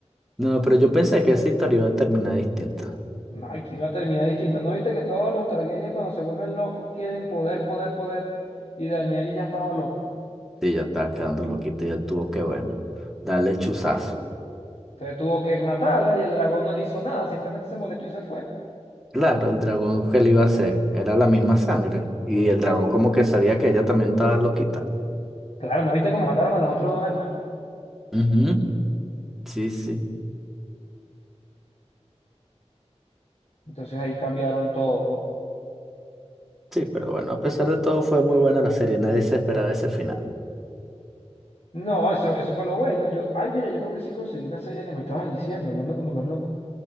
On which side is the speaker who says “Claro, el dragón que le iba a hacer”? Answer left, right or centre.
Centre